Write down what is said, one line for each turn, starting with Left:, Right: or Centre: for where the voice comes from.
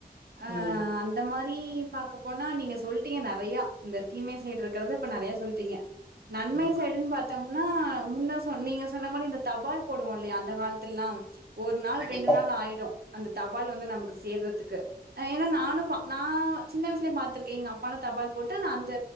Right: அஹ்
Centre: ம்,
Right: அந்த மாரி நீ பாக்க போனா நீங்க சொல்லிட்டீங்க நிறைய இந்த தீமை சைடு இருக்கறத இப்ப நிறைய சொல்லிட்டீங்க நன்மை
Centre: ம்,
Right: சைடுன்னு பார்த்தோங் ஆன முன்ன சொ நீங்க சொன்ன மாதிரி இந்த தபால் போடுவோம் இல்லையா அந்த காலத்துல எல்லாம் ஒரு நாள்
Centre: கண்டிப்பா
Right: ரெண்டு நாள் ஆயிடும் அந்த தபால் வந்து நமக்கு சேர்றதுக்கு ஏன்னா நானும் நா சின்ன வயசுலய பா்த்திருக்கே எங்க அப்பான தபால் போட்டு நா அந்த